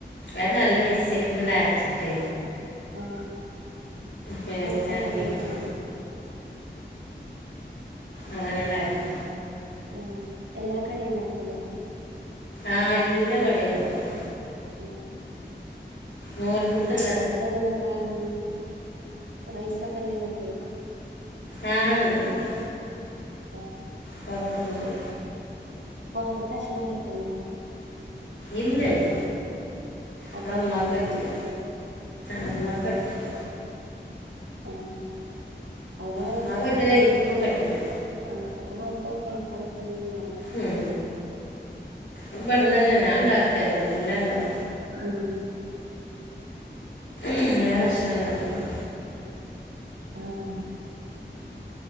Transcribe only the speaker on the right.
ആ
ഉപ്പൂട്ടാണ്ടല്ലേ
ഉം
ആഹ് എല്ലാ കടി ഉണ്ടാക്കൂല്ലേ
ഉം
ഫഡ ഒന്നൊക്കെ ഉം വയസൊക്കെല്ലേ മക്ക
ഓ
പുറത്തത്തെ ഭക്ഷണം കഴക്കണ്ടോ
അത്ര
ഇഷ്ടണ്ടാവൂലല്ലേ
ആഹ് അതെ
ആഹ അപ്പഴത്തെ കാലത്ത് കഴിക്കാക്കെ നല്ലത്
ആഹ്
<unintelligible>